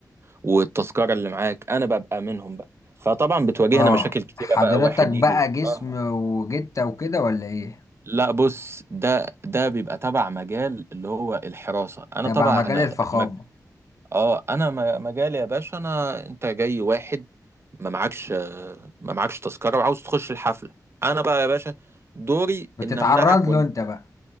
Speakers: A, on the right; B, on the left.
A: والتذكرة اللي معاك انا ببقى منهم بقى فطبعا بتواجهنا
B: اه
A: مشاكل كتيرة
B: حضرتك
A: بقى واحد
B: بقى
A: يجي
B: جسم
A: اه
B: وجتة وكده ولا ايه
A: لا بص ده ده بيبقى تبع مجال اللي هو الحراسة انا
B: تبع
A: طبعا
B: مجال الفخامة
A: مج... اه انا م- مجالي يا باشا انا انت جاي واحد ما معكش ما معكش تذكرة وعاوز تخش الحفلة انا بقى يا باشا دوري
B: بتتعرض
A: ان امنعك
B: له
A: وان
B: انت بقى